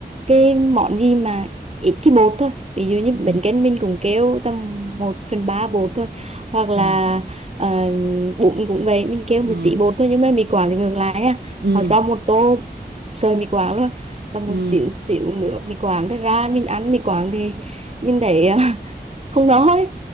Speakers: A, on the right; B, on the right.
A: cái món gì mà ít cái bột thôi ví dụ như
B: ừ
A: bánh canh mình cũng kêu tầm một phần 3 bột thôi hoặc là
B: ừ
A: uh, bún cũng vậy mình kêu một
B: ừ
A: xí bột thôi nhưng mà mì Quảng thì ngược lại nha
B: ừ
A: họ cho một tô sợi mì Quảng luôn và một
B: ừ
A: xíu xíu nữa mì Quảng thế ra mình ăn mì Quảng thì mình thấy à, <laughs> không đói